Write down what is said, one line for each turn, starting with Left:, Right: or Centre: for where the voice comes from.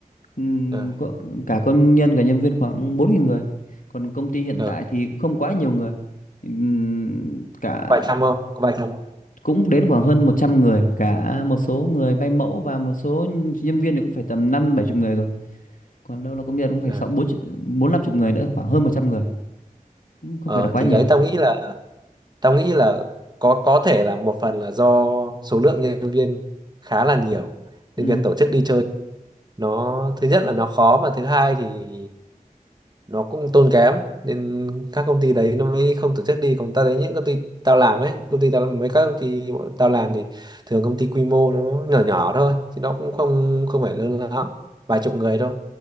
Left: Ừm,
Right: ờ
Left: có cả công nhân cả nhân viên khoảng 4.000 người. Còn công ty hiện
Right: ờ
Left: tại thì cũng không quá nhiều người. Ừm, cả
Right: vài trăm không có vài trăm không
Left: cũng đến khoảng hơn 100 người, cả một số người bay mẫu và một số nhân viên thì cũng phải tầm năm bảy chục người rồi. Còn đâu là công nhân cũng phải
Right: ờ
Left: sáu bốn bốn năm chục người nữa, khoảng hơn 100 người. Cũng không
Right: Ờ,
Left: phải là quá
Right: thì
Left: nhiều.
Right: đấy tao nghĩ là tao nghĩ là có có thể là một phần là do số lượng nhân viên khá là nhiều
Left: Ừ.
Right: nên việc tổ chức đi chơi nó thứ nhất là nó khó mà thứ hai thì nó cũng tốn kém nên các công ty đấy nó mới không tổ chức đi còn tao thấy những công ty tao làm ấy công ty tao mấy các công ty bọn tao làm thì thường công ty quy mô nó nhỏ nhỏ thôi chứ nó cũng không không phải lớn lắm vài chục người thôi